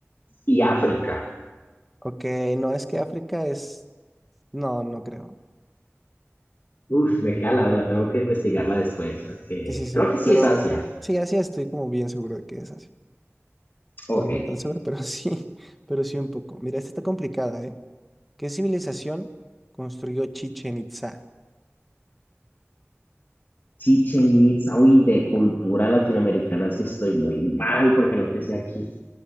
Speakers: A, on the left; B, in the centre.
A: y África.
B: Ok, no, es que África es... No, no creo.
A: Uf, me queda la duda, tengo que investigarla después, porque
B: Sí, sí, sí,
A: creo que sí
B: pero
A: es Asia.
B: sí, Asia estoy como bien seguro de que es Asia.
A: Ok.
B: Bueno, no tan seguro, pero <laughs> sí, pero sí un poco. Mira, esta está complicada, ¿eh? ¿Qué civilización construyó Chichen Itzá?
A: Chichen Itza, uy, de cultura latinoamericana sí estoy muy mal porque no te sé aquí.